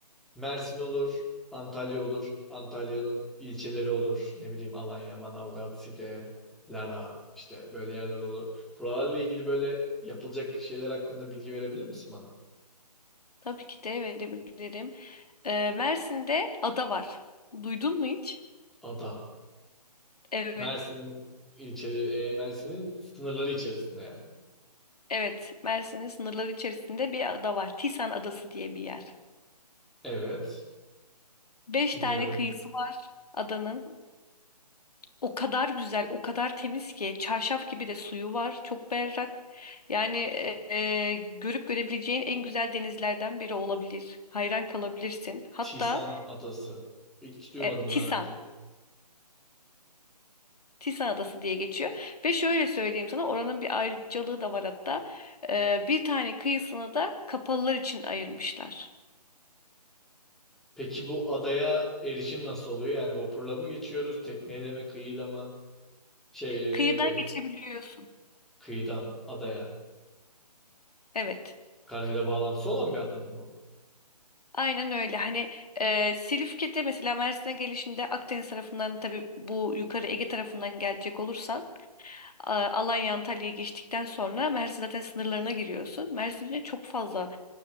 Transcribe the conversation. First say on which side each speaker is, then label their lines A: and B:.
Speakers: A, in the centre; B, on the left.
A: Mersin olur, Antalya olur, Antalya'nın ilçeleri olur. Ne bileyim Alanya, Manavgat, Side, Lara işte böyle yerler olur. Buralarla ilgili böyle yapılacak şeyler hakkında bilgi verebilir misin bana?
B: Tabii ki de verebilirim. E, Mersin'de ada var. Duydun mu hiç?
A: Ada.
B: Evet.
A: Mersin ilçeli, e, Mersin'in sınırları içerisinde yani.
B: Evet, Mersin'in sınırları içerisinde bir ada var. Tisan Adası diye bir yer.
A: Evet,
B: Beş
A: dinliyorum.
B: tane kıyısı var adanın. O kadar güzel, o kadar temiz ki çarşaf gibi de suyu var. Çok berrak. Yani e, e, görüp görebileceğin en güzel denizlerden biri olabilir. Hayran kalabilirsin. Hatta
A: Tisan Adası. Hiç duymadım
B: e, Tisan,
A: daha önce.
B: Tisan Adası diye geçiyor. Ve şöyle söyleyeyim sana oranın bir ayrıcalığı da var hatta. E, bir tane kıyısını da kapalılar için ayırmışlar.
A: Peki bu adaya erişim nasıl oluyor? Yani vapurla mı geçiyoruz, tekneyle mi, kıyıyla mı? Şey,
B: Kıyıdan geçebiliyorsun.
A: e, kıyıdan adaya.
B: Evet.
A: Karayla bağlantısı olan bir ada mı bu?
B: Aynen öyle. Hani ee, Silifke'de mesela Mersin'e gelişinde Akdeniz tarafından tabii bu yukarı Ege tarafından gelecek olursan A- Alanya Antalya'ya geçtikten sonra Mersin zaten sınırlarına giriyorsun. Mersin içinde çok fazla